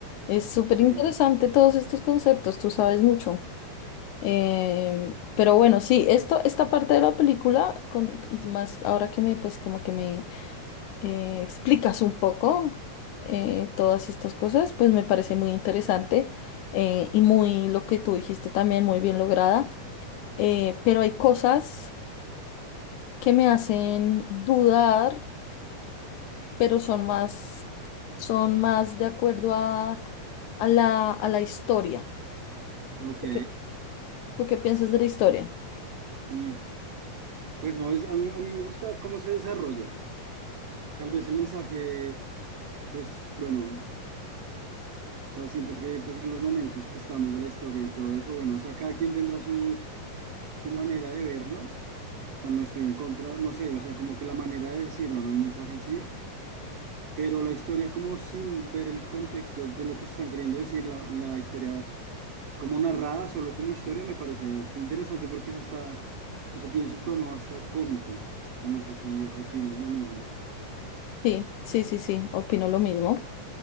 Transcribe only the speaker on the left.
Es súper
interesante todos estos conceptos, tú sabes mucho. Em, pero bueno, sí, esto, esta parte de la película, con, y más ahora que me, pues como que me eh, explicas un poco eh, todas estas cosas, pues me parece muy interesante eh, y muy lo que tú dijiste también, muy bien lograda. eh, pero hay cosas que me hacen dudar, pero son más, son más de acuerdo a, a la, a la historia.
¿Tú qué, tú qué piensas de la historia?
Sí, sí, sí, sí, opino lo mismo.